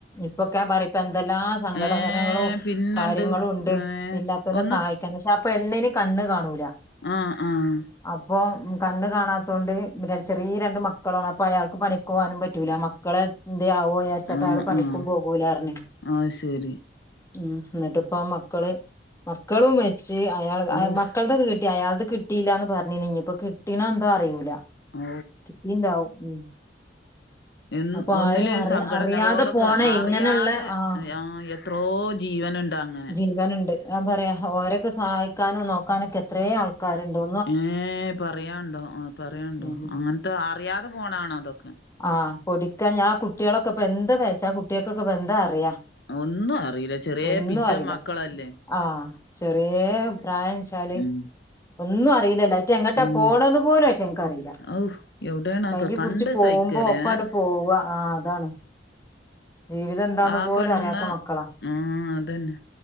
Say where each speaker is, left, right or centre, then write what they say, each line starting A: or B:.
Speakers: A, on the left; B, on the left.
A: ഇപ്പൊക്കെ ഞാൻ പറിം എന്തെല്ലാം സംഘടനകളും
B: ഏഹ് പിന്നെണ്ട്
A: കാര്യങ്ങളും ഉണ്ട്
B: ഏഹ്
A: ഇല്ലാത്തോലെ
B: ഒന്ന്
A: സഹായി പക്ഷെ ആപെണ്ണിന് കണ്ണ് കാണൂല
B: ആഹ് ആഹ്
A: അപ്പം കണ്ണ് കാണാത്തോണ്ട് ചെറിയ രണ്ട് മക്കളാണ് അപ്പൊ അയാൾക്ക് പണിക്ക് പോവാനും പറ്റൂല ക്കളാ എന്തേ ആവോ ച്ചാട്ട്
B: ആഹ്
A: അയാള് പണിക്കും
B: ആഹ്
A: പോകൂലാന്നർഞ്ഞ്
B: അത് ശരി
A: ഉം എന്നിട്ട് ഇപ്പം മക്കള് മക്കളും മരിച്ച് അയാൾ
B: ഔഫ്
A: മക്കളതൊക്കെ കിട്ടി അയാൾടെ കി കിട്ടീല്ലാന്ന് പറഞ്ഞിനി ഇനിപ്പോ കിട്ടീണോ എന്താ അറിയൂല
B: ഔ
A: കിട്ടീണ്ടാവും ഉം
B: എന്ന്
A: അപ്പൊ
B: ഒന്നില്
A: ആരും അറിയ
B: സംഘടനകളോടൊക്കെ
A: അറിയാതെ പോണെ
B: അറിയാതെ
A: ഇങ്ങനെള്ള ആഹ്
B: എത്രോ ജീവനുണ്ടാങ്
A: ജീവനുണ്ട് ഞാൻ പറയാ ഓരൊക്കെ സഹായിക്കാനും നോക്കാനൊക്കെ എത്രേ ആൾക്കാരുണ്ടോ
B: ഏഹ് പറയാണ്ടോ പറയാണ്ടോ
A: ഉം
B: അങ്ങനത്തെ അറിയാതെ പോണാണ് അതൊക്കെ
A: ആഹ് പൊടിക്കാ ഞാ കുട്ടികളൊക്കെ ഇപ്പൊ എന്താ വച്ചാ കുട്ടികൾക്കൊക്കെപ്പൊ എന്താ അറിയാ
B: ഒന്നും അറിയില്ല. ചെറിയ
A: ഒന്നും
B: പിഞ്ചൻ
A: അറിയില്ല
B: മക്കളല്ലേ.
A: ആഹ് ചെറിയേ പ്രായം ന്നച്ചാല്
B: ഉം.
A: ഒന്നും അറിയില്ലല്ലോ ഇത് എങ്ങട്ടാ
B: ഉം.
A: പോണേന്ന് പോലും അയ്റ്റങ്ങക്കറീയില്ല
B: ഔ എവിടെയാണൊക്കെ
A: കയ്
B: കണ്ട്
A: പുടിച്ച് പോവുമ്പോ
B: സഹിക്കേലേ.
A: ഒപ്പങ്ങട് പോവ ആഹ് അതാണ് ജീവിതം എന്താന്ന്
B: ആ
A: പോലും
B: പെണ്ണ്
A: അറിയാത്ത മക്കളാ
B: ആഹ് അതന്നെ.